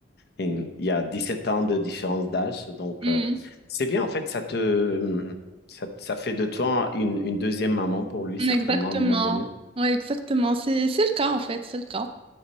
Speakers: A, on the left; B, on the right.
A: Et il y a 17 ans de différence d'âge. Donc,
B: Hmm.
A: euh, c'est bien, en fait, ça te, ça, ça fait de toi une, une deuxième maman pour lui,
B: Exactement.
A: certainement, à un moment donné.
B: Ouais, exactement. C'est, c'est le cas, en fait. C'est le cas.